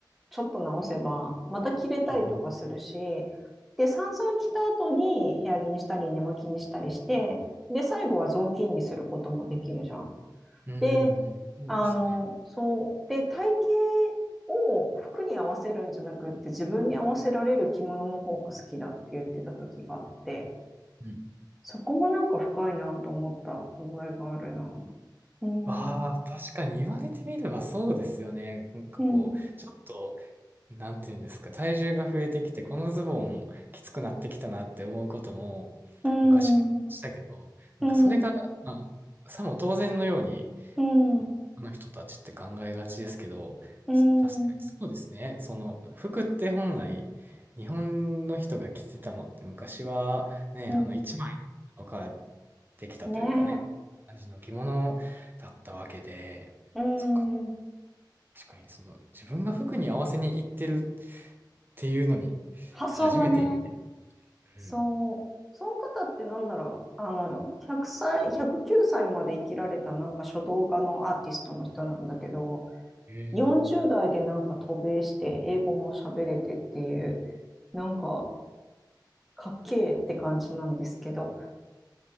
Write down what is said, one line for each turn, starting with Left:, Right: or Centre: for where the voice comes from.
Centre: ちょっと直せば、また着れたりとかするし、
Right: うん。
Centre: で、散々着た後に部屋着にしたり、寝巻きにしたりして、で、最後は雑巾にすることもできるじゃん。
Right: うん。
Centre: で、
Right: そうですね。
Centre: あの、そう。で、体型を服に合わせるんじゃなくって自分に合わせられる着物の方が好きだって言ってた時があって、
Right: うん。
Centre: そこもなんか深いなと思った覚えがあるな。うーん、
Right: ああ、確かに言われてみればそうですよね。なんかこう、
Centre: うん、
Right: ちょっと、なんていうんですか、体重が増えてきて、このズボンきつくなってきたなって思うことも昔はしたけど、
Centre: うん、
Right: なんかそれが、
Centre: うん、
Right: まあ、さも当然のように、
Centre: うん、
Right: の人たちって考えがちですけど、
Centre: うん、
Right: そ確かにそうですね。その服って本来日本の人が着てたのって昔はね、
Centre: うん。
Right: あの一枚の布かできたというかね、
Centre: ねえ。
Right: 感じの着物だったわけで、
Centre: うー
Right: そっか、
Centre: ん、
Right: 確かにその自分が服に合わせに行ってるっていうのに
Centre: 発想がね、
Right: 初めて今、
Centre: そう、
Right: うん
Centre: その方ってなんだろう、あの、100歳、109歳まで生きられたなんか書道家のアーティストの人なんだけど、
Right: えー
Centre: 40代でなんか渡米して英語も喋れてっていう、なんかかっけえって感じなんですけど、